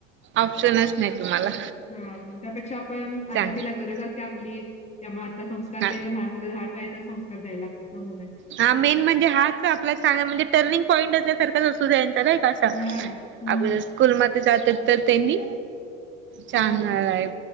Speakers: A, on the right; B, on the left.
A: ऑप्शनच नाही तुम्हाला
B: <unintelligible> हा मग त्यापेक्षा आपण आता
A: चांगल
B: तिला गरज अस. ते आपली त्या आता संस्कार
A: हा
B: देणं लहान मुलं लहान वयातच संस्कार द्यायला लागतात ना.
A: हा मेन म्हणजे हाच आपला सगळा म्हणजे टर्निंग पॉईंट असल्यासारखंच असतो ना यांचा
B: हां, मग.
A: अगोदर स्कूल मध्ये जातात तर त्यांनी चांगल
B: हो.
A: आहे.